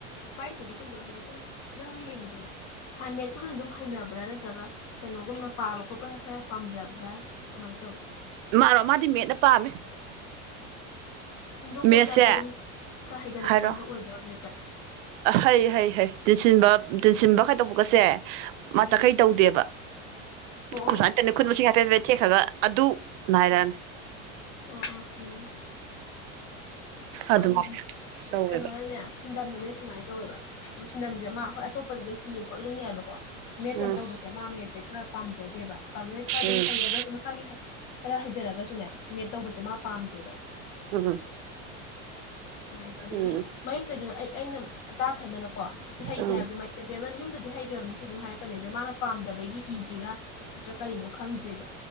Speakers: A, on the left; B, on the right.
A: ꯄꯥꯏ ꯊꯣꯏꯗꯤ ꯊꯨꯝꯗ ꯍꯥꯏꯗꯤ ꯁꯨꯝ ꯅꯪ ꯌꯦꯡꯕꯗꯅꯦ ꯁꯥꯏꯃꯦꯠꯄꯨꯁꯨ ꯑꯗꯨꯝ ꯍꯩꯅꯕ꯭ꯔꯥ ꯅꯠꯇ꯭ꯔꯒ ꯀꯩꯅꯣꯒꯨꯝꯅ ꯄꯥꯕ ꯈꯣꯠꯄꯅ ꯈꯔ ꯄꯥꯝꯖꯕ꯭ꯔꯥ ꯀꯃꯥꯏꯅ ꯇꯧꯋꯤ
B: ꯎꯝ ꯃꯥꯔꯣ ꯃꯥꯗꯤ ꯃꯦꯠꯅ ꯄꯥꯝꯃꯦ
A: ꯗꯨꯝ
B: ꯃꯦꯠꯁꯦ
A: ꯍꯣꯠꯁꯤ ꯍꯥꯢꯕꯗ ꯗꯨꯝ ꯈꯔ ꯍꯩꯒꯟ
B: ꯍꯥꯏꯔꯣ
A: ꯈꯣꯀꯟꯗ ꯑꯣꯏꯕ꯭ꯔꯥ ꯃꯦꯠꯇ
B: ꯍꯩ ꯍꯩ ꯍꯩ ꯇꯤꯟꯁꯤꯟꯕ ꯇꯤꯟꯁꯤꯟꯕ ꯈꯥꯏꯗꯣꯛꯄꯒꯁꯦ ꯃꯥ
A: ꯎꯝ
B: ꯆꯈꯩ ꯇꯧꯗꯦꯕ
A: ꯑꯣ
B: ꯈꯨꯁꯥꯟ
A: ꯑꯣ
B: ꯈ ꯈꯨꯟꯃꯁꯤꯡ
A: ꯑꯣ
B: ꯍꯥꯏꯐꯦꯠ ꯍꯥꯢꯐꯦꯠ ꯊꯦꯛꯈ꯭ꯔꯒ ꯑꯗꯨ ꯅꯥꯏꯔ
A: ꯑꯣ ꯑꯣ ꯎꯝ ꯍꯣꯏ
B: ꯑꯗꯨꯃꯥꯏꯅ
A: ꯑꯗꯨ
B: ꯇꯧꯋꯦꯕ
A: ꯀꯩꯅꯣꯅꯅꯦ ꯁꯤꯟꯗꯝꯗꯅꯦ ꯁꯨꯃꯥꯏꯅ ꯇꯧꯋꯦꯕ ꯁꯤꯟꯗꯝꯁꯦ ꯃꯥ ꯑꯩꯈꯣꯏ ꯑꯇꯣꯞꯄꯗꯤ ꯑꯗꯨꯝ ꯏꯌꯨ ꯈꯣꯠꯂꯨ ꯌꯥꯏꯕ ꯃꯦꯠ ꯅ
B: ꯎꯝ
A: ꯇꯧꯕꯁꯦ ꯃꯥ ꯃꯦꯠꯁꯦ ꯈꯔ ꯄꯥꯝꯖꯗꯦꯕ ꯄꯥꯝꯖꯗꯦ ꯈꯔ ꯑꯗꯨꯝ
B: ꯎꯝ
A: ꯍꯩꯔꯒꯁꯨ ꯃꯁꯥꯒꯤ ꯈꯔ ꯍꯩꯖꯔꯒꯁꯨꯅꯦ ꯃꯦꯠ ꯇꯧꯕꯁꯦ ꯃꯥ ꯄꯥꯝꯗꯦꯕ
B: ꯎꯝ ꯎꯝ
A: ꯅꯨꯡꯉꯥꯏꯇꯦ ꯑꯗꯒꯤ
B: ꯎꯝ
A: ꯃꯌꯨꯝ ꯂꯩꯗꯤ ꯑꯩ ꯑꯩꯅꯥ꯫ ꯇꯥꯛꯈ꯭ꯔꯦꯗꯅꯀꯣ ꯑꯁꯤ ꯍꯩꯇꯦ
B: ꯎꯝ
A: ꯍꯥꯏꯕꯁꯦ ꯌꯨꯝꯗ ꯍꯥꯌꯒ꯭ꯔꯥꯕꯅꯦ ꯁꯤ ꯑꯗꯨꯝ ꯍꯤꯔꯀꯅꯤ ꯑꯗꯨꯒꯥ ꯃꯥꯅꯥ꯫ ꯄꯥꯝꯗꯕꯒꯤ ꯏꯗ꯭ꯔꯤꯔꯥ ꯅꯠꯇ꯭ꯔ ꯀꯔꯤꯅꯣ ꯈꯪꯗ꯭ꯔꯦꯕ